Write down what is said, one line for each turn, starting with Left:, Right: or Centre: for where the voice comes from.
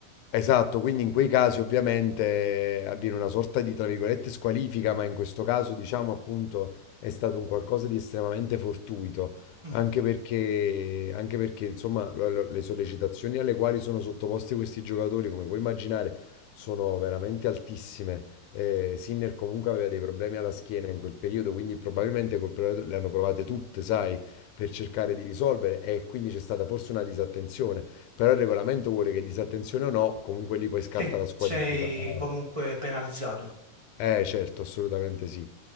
Left: Esatto, quindi in quei casi ovviamente eh, avviene una sorta di, tra virgolette, squalifica, ma in questo caso diciamo appunto è stato un qualcosa di estremamente fortuito,
Right: Mm,
Left: anche perché, anche perché insomma lo- lo- le sollecitazioni alle quali sono sottoposti questi giocatori, come puoi immaginare, sono veramente altissime. Eh, Sinner comunque aveva dei problemi alla schiena in quel periodo, quindi probabilmente col periodo le hanno provate tutte, sai, per cercare di risolvere e quindi c'è stata forse una disattenzione. Però il regolamento vuole che disattenzione o no, comunque lì poi scatta
Right: Sì,
Left: la squalifica.
Right: sei
Left: Eh,
Right: comunque penalizzato.
Left: Eh, certo, assolutamente sì.